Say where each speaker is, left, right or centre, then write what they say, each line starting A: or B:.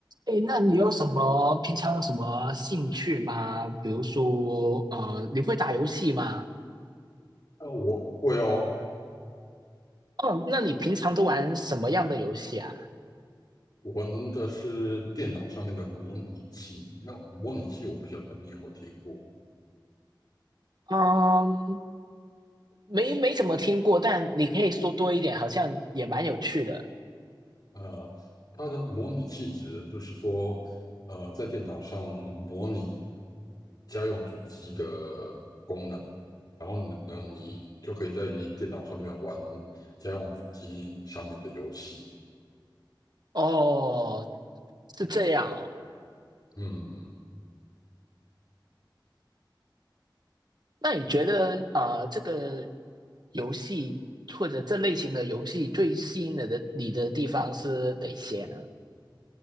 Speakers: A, on the right (about 60°); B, on the left (about 55°).
A: 诶，那你有什么平常有什么兴趣吗？比如说，呃，你会打游戏吗？
B: 呃，我会哦，
A: 哦，那你平常都玩什么样的游戏啊？
B: 我玩的是电脑上面的模拟器。那模拟器我不晓得你有没有听过？
A: 嗯，没没怎么听过，但你可以说多一点，好像也蛮有趣的。
B: 呃，它的模拟器指的就是说，呃，在电脑上模拟家用主机的功能，然后呢，呢你就可以在你电脑上面玩家用主机上面的游戏。
A: 哦，是这样哦。
B: 嗯，嗯
A: 那你觉得，呃，这个游戏或者这类型的游戏最吸引你的你的地方是哪些呢？